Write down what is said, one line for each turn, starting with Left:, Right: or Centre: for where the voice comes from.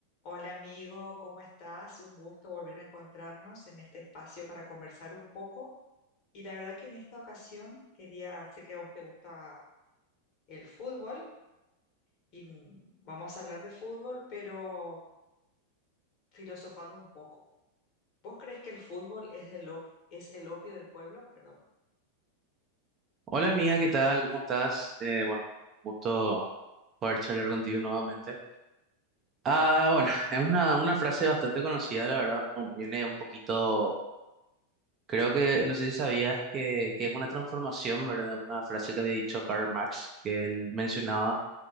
Left: Hola amigo, ¿cómo estás? Un gusto volver a encontrarnos en este espacio para conversar un poco. Y la verdad que en esta ocasión quería, sé que a vos te gusta el fútbol y n- vamos a hablar de fútbol, pero filosofando un poco. ¿Vos crees que el fútbol es el, op- es el opio del pueblo? Perdón.
Right: Hola amiga, ¿qué tal? ¿Cómo estás? Eh, bueno, gusto poder charlar contigo nuevamente. Ah, bueno, <laughs> es una, una frase bastante conocida, la verdad. Bueno, viene un poquito, creo que, no sé si sabías que, que es una transformación, ¿verdad? Una frase que había dicho Karl Marx, que él mencionaba